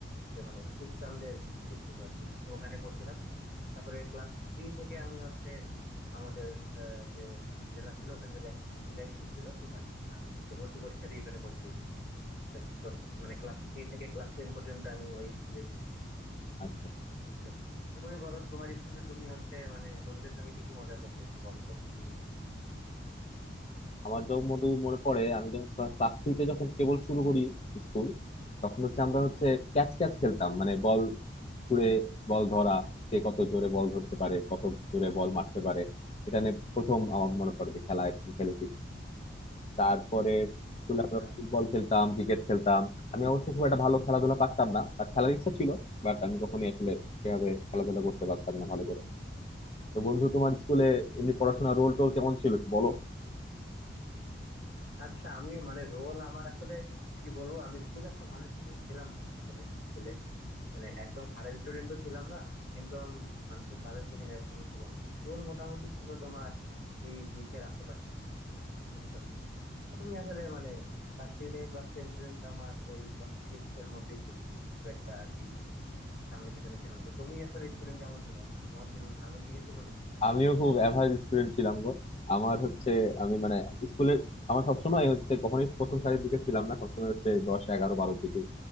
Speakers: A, on the left; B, on the left.
A: যে মানে খ্রিস্টানদের স্কুল ছিল আর কি তো ওখানে পড়ছিলাম তারপরে ক্লাস থ্রি থেকে আমি হচ্ছে আমাদের আহ, যে জেলা ছিল ওখানকার এক মানে জেলা স্কুল ছিল সেখানে আমি হচ্ছে ভর্তি পরীক্ষা দিয়ে ওখানে ভর্তি হয়েছিলাম তো সব মানে ক্লাস থ্রি থেকে ক্লাস টেন পর্যন্ত আমি ওই স্কুলে ছিলাম
B: আর
A: বুঝছো তো তুমি বলো তোমার স্কুলে তুমি হচ্ছে মানে বন্ধুদের সঙ্গে কি কি মজা করতে একটু বলো তো শুনি।
B: আমার যখন মনে মনে পড়ে আমি যখন ক্লাস থ্রিতে যখন কেবল শুরু করি স্কুল তখন হচ্ছে আমরা হচ্ছে ক্যাচ ক্যাচ খেলতাম মানে বল ছুড়ে বল ধরা কে কত জোরে বল ধরতে পারে কত জোরে বল মারতে পারে এটা নিয়ে প্রথম আমার মনে পড়ে যে খেলা খেলেছি তারপরে স্কুলে
A: আচ্ছা
B: আমরা ফুটবল খেলতাম ক্রিকেট খেলতাম আমি অবশ্য খুব একটা ভালো খেলাধুলা পারতাম না আর খেলার ইচ্ছা ছিল বাট আমি কখনোই আসলে সেভাবে খেলাধুলা করতে পারতাম না ভালো করে তো বন্ধু তোমার স্কুলে এমনি পড়াশোনার রোল টোল কেমন ছিল একটু বলো
A: আচ্ছা আমি মানে রোল আমার আসলে কি বলবো আমি খুব একটা ভালো স্টুডেন্ট ছিলাম না আসলে স্কুলে মানে একদম খারাপ স্টুডেন্টও ছিলাম না একদম মানে খুব ভালো স্টুডেন্ট এরকমও ছিলাম না রোল মোটামুটি ছিল তোমার এই বিশের আশেপাশে বুঝছো তো আমি আসলে মানে ক্লাস থ্রি থেকে ক্লাস টেন পর্যন্ত আমার ওই দশ থেকে বিশের মধ্যেই ছিল খুব একটা আর কি সামনে পিছনে ছিল না তো তুমি আসলে স্টুডেন্ট কেমন ছিল তোমার কি রোল সামনের দিকে ছিল নাকি
B: আমিও খুব অ্যাভারেজ স্টুডেন্ট ছিলাম গো আমার হচ্ছে আমি মানে স্কুলে আমার সবসময় হচ্ছে কখনোই প্রথম সারির দিকে ছিলাম না সবসময় হচ্ছে দশ এগারো বারোর দিকে